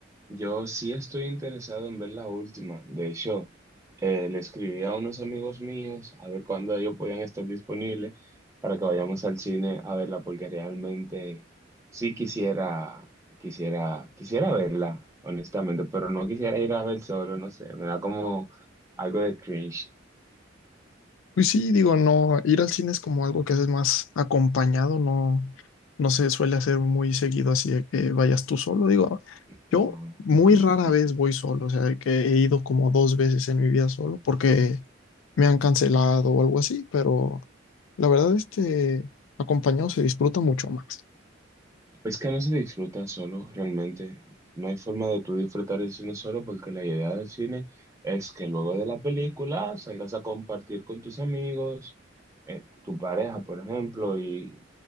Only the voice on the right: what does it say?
Yo sí estoy interesado en ver la última. De hecho, eh, le escribí a unos amigos míos a ver cuándo ellos podían estar disponibles para que vayamos al cine a verla, porque realmente sí quisiera, quisiera, quisiera verla, honestamente, pero no quisiera ir a ver solo, no sé. Me da como algo de cringe.
No.
<laughs>
Es que no se disfruta solo, realmente. No hay forma de tú disfrutar el cine solo porque la idea del cine es que luego de la película salgas a compartir con tus amigos, eh, tu pareja, por ejemplo, y,